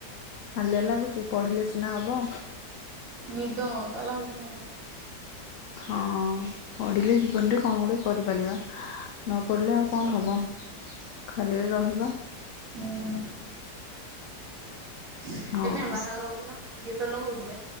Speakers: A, on the left; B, on the right.
A: ହାଲିଆ ଲାଗୁଚି, ପଢିଲେ ସିନା ହବ।
B: ନିଦ ତ ଲାଗୁଚି ମତେ।
A: ହଁ ପଢିଲେ। ଜୀବନରେ କଣ ଗୁଡ଼ିଏ କରିପାରିବା, ନ ପଢ଼ିଲେ ଆଉ କଣ ହେବ। ଖାଲିରେ ରହିବା।
B: ହୁଁ ଏଇଠି
A: ହଁ
B: ନା ବାହାଘର ହଉଥିଲା, ଗୀତ ଲଗଉଥିଲେ